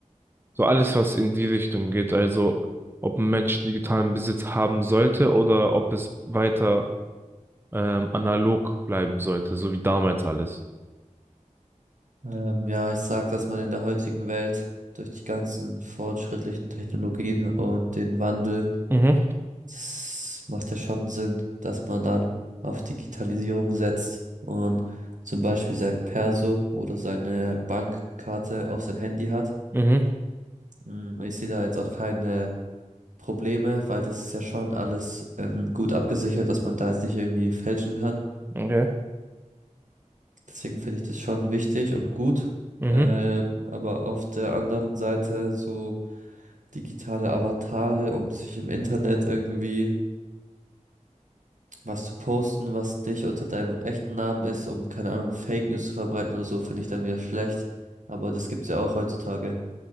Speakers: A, on the right (about 15°); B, on the right (about 70°).
A: So alles, was in die Richtung geht, also ob ein Mensch digitalen Besitz haben sollte oder ob es weiter ähm, analog bleiben sollte, so wie damals alles.
B: Ähm, ja, ich sag, dass man in der heutigen Welt durch die ganzen fortschrittlichen Technologien und den Wandel,
A: Mhm,
B: das macht ja schon Sinn, dass man dann auf Digitalisierung setzt und zum Beispiel sein Perso oder seine Bankkarte auf sein Handy hat.
A: mhm,
B: Mm, Ich sehe da jetzt auch keine Probleme, weil das ist ja schon alles ähm, gut abgesichert, dass man da jetzt nicht irgendwie fälschen kann.
A: okay.
B: Deswegen finde ich das schon wichtig und gut.
A: Mhm.
B: Ähm, aber auf der anderen Seite so digitale Avatare, um sich im Internet irgendwie was zu posten, was dich unter deinem echten Namen ist, um keine Ahnung, Fake News zu verbreiten oder so, finde ich dann wieder schlecht. Aber das gibt's ja auch heutzutage.